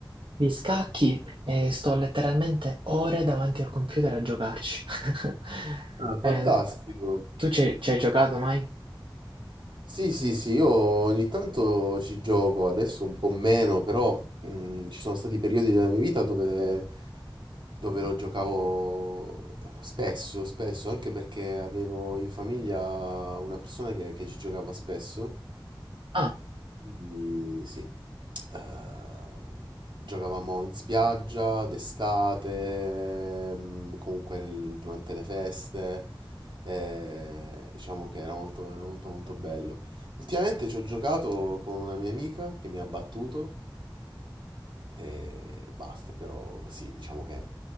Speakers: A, on the right; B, on the right.
A: di scacchi e sto letteralmente ore davanti al computer a giocarci. <laughs>
B: Ah, Fantastico.
A: Eh, tu ci, ci hai giocato mai?
B: Sì, sì, sì, io ogni tanto ci gioco, adesso un po' meno, però mh, ci sono stati periodi della mia vita dove, dove lo giocavo spesso, spesso, anche perché avevo in famiglia una persona che, che ci giocava spesso
A: Ah,
B: Quindi sì, Eh, giocavamo in spiaggia d'estate, mm, comunque nel- durante le feste, eh, diciamo che era molto, era molto molto bello. Ultimamente ci ho giocato con una mia amica che mi ha battuto e basta, però sì, diciamo che